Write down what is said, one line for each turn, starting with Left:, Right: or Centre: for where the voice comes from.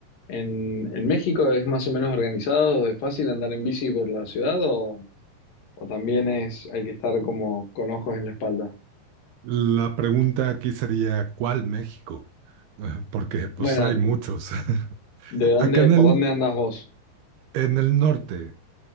Left: En, en México es más o menos organizado, es fácil andar en bici por la ciudad o, o también es, hay que estar como con ojos en la espalda.
Right: La pregunta aquí sería, ¿cuál México? <laughs> Eh, Porque pues
Left: Bueno,
Right: hay muchos. <laughs>
Left: ¿de dónde,
Right: Acá en
Left: por
Right: el,
Left: dónde andas vos?
Right: en el norte